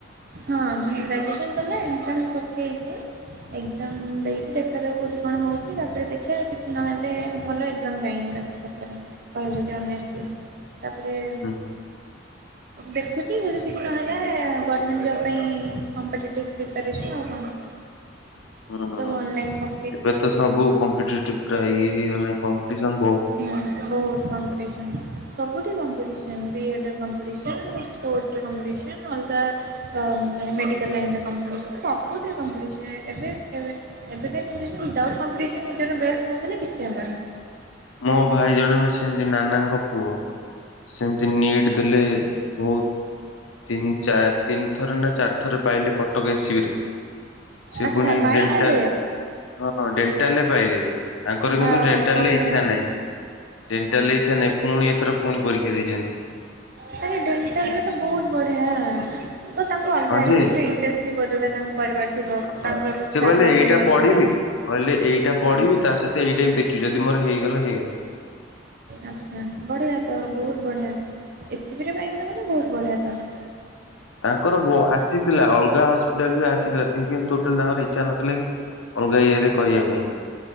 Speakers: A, on the right; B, on the left.
A: ହଁ ମାନେ ଗ୍ରାଜୁଏସନ ସରିଲା ଇଣ୍ଟର୍ନାସ ପକେଇଛି ଏକ୍ଜାମ ଦେଇଛି ଦେଖାାଯାଉ କଉଠି କଣ ହଉଛି, ତାପରେ ଦେଖିବା କିଛି ନହେଲେ ଭଲ ଏକ୍ଜାମ ଯାଇନି ବାକି। ସତରେ କହିବ ଯଦି ଅନେଷ୍ଟଲି ତାପରେ
B: ହୁଁ
A: ଦେଖୁଛି ଯଦି କିଛି ନହେଲା ଗଭର୍ଣ୍ଣମେଣ୍ଟ୍ ଜବ୍ ପାଇଁ କମ୍ପିଟେଟିଭ୍ ପ୍ରିପାରେସନ୍ ଆଉ କଣ।
B: ହୁଁ ହୁଁ।
A: ସବୁ ଅନଲାଇନ୍ ପ
B: ଏବେ ତ ସବୁ କମ୍ପିଟେଟିଭ୍ ପୁରା ଇଏ ହେଇଗଣି କମ୍ପିଟିସନ୍ ବହୁତ।
A: ହୁଁ ବହୁତ କମ୍ପିଟିସନ, ସବୁଠୀ କମ୍ପିଟିସନ ବିଏଡ କମ୍ପିଟିସନ୍ ସ୍ପୋର୍ଟସର କମ୍ପିଟିସନ୍ ଅଲଗା ଅ ମେଡିକାଲ ଲାଇନ ରେ କମ୍ପିଟିସନ ସବୁଥିରେ କମ୍ପିଟିସନ୍ ଏବେ ଏବେ ଏବେ <inaudible> ୱିଥଆଉଟ୍ କମ୍ପିଟିସନ୍ ନିଜର ବେଷ୍ଟ ନ ଦେଲେ କିଛି ହବନି।
B: ମୋ ଭାଇ ଜଣେ ସେମତି ନାନାଙ୍କ ପୁଅ ସେମିତି ନିଟ୍ ଦେଲେ ବହୁତ ତିନି ଚା ତିନି ଥର ନା ଚାରି ଥର ପାଇଲେ କଟକ ଏସିବି ରେ। ସେ
A: ଆଚ୍ଛା
B: ପୁଣି
A: ପାଇଗଲେ
B: ଡେଣ୍ଟାଲ ହଁ ଡେଣ୍ଟାଲରେ ପାଇଲେ। ତାଙ୍କର କିନ୍ତୁ
A: ୱାଓ
B: ଡେଣ୍ଟାଲ
A: ବଢ଼ିଆ।
B: ରେ ଇଚ୍ଛା ନାହିଁ ଡେଣ୍ଟାଲ ରେ ଇଚ୍ଛା ପୁଣି ଏଥର ପୁଣି ପରୀକ୍ଷା ଦେଇଛନ୍ତି।
A: ଆରେ ଡେଣ୍ଟଲ ବି ତ ବହୁତ ବଢିଆ। ଓ ତାଙ୍କୁ ଅଲଗା
B: ହଁ ଯେ
A: ଯୋଉଥିରେ ଇଣ୍ଟେରେଷ୍ଟେ ଥିବ ଯୋଉଟା ତାଙ୍କ କରିବାର ଥିବ
B: ହଁ
A: ତାଙ୍କ
B: ସେ
A: ଷ୍ଟାସାଲିନ୍
B: କହିଲେ ଏଇଟା
A: ଅନୁସାରେ।
B: ପଢିବି କହିଲେ ଏଇଟା ପଢିବି,
A: ହୁଁ
B: ତା ସହିତ ଏଇଟା ବି ଦେଖିବି ଯଦି ମୋର ହେଇଗଲା ହେଇଗଲା।
A: ଆଚ୍ଛା ବଢିଆ ତ ବହୁତ ବଢିଆ। ଏସିବିରେ ପାଇଗଲେ ମାନେ ବହୁତ ବଢିଆ ଚାନେସ୍।
B: ତାଙ୍କର ବୋ ଆଜି ଥିଲା ଅଲଗା ହସ୍ ଟୋଟାଲବି ଆସିନଥିଲା ସେ କିନ୍ତୁ ଟୋଟାଲ ତାଙ୍କର ଇଚ୍ଛା ନଥିଲା କି ଅଲଗା ଇଏରେ କରିବା ପାଇଁ।